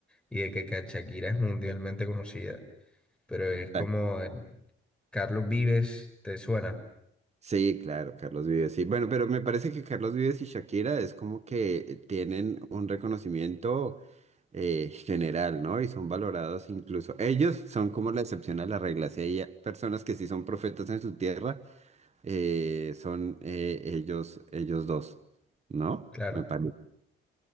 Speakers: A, in the centre; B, on the right.
A: y de que, que Shakira es mundialmente conocida. Pero es como
B: Ah,
A: eh, Carlos Vives, ¿te suena?
B: Sí, claro, Carlos Vives, sí. Bueno, pero me parece que Carlos Vives y Shakira es como que tienen un reconocimiento eh, general, ¿no? Y son valorados incluso. Ellos son como la excepción a la regla. Si hay personas que sí son profetas en su tierra, eh, son eh, ellos, ellos dos, ¿no?
A: Claro.
B: Me parece.